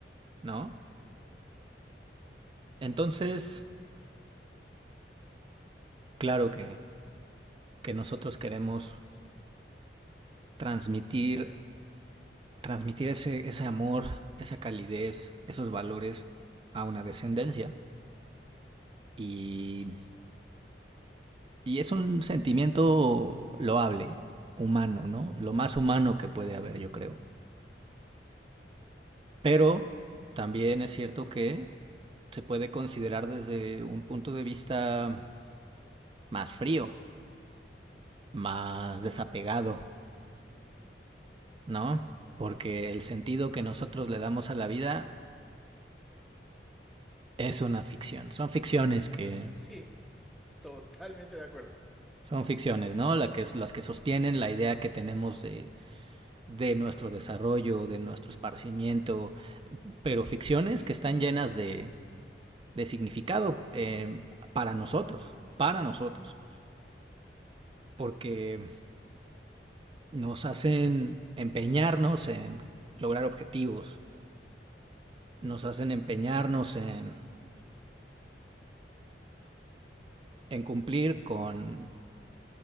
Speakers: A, on the right; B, in the centre.
A: ¿no? Entonces, claro que, que nosotros queremos transmitir, transmitir ese, ese amor, esa calidez, esos valores a una descendencia. Y Y es un sentimiento loable, humano, ¿no? Lo más humano que puede haber, yo creo. Pero también es cierto que se puede considerar desde un punto de vista más frío, más desapegado,
B: Ujú, ujú.
A: ¿no? Porque el sentido que nosotros le damos a la vida es una ficción. Son ficciones que
B: Sí, <laughs> totalmente de acuerdo.
A: son ficciones, ¿no? La que, las que sostienen la idea que tenemos de, de nuestro desarrollo, de nuestro esparcimiento, pero ficciones que están llenas de, de significado eh, para nosotros, para nosotros, porque nos hacen empeñarnos en lograr objetivos, nos hacen empeñarnos en, en cumplir con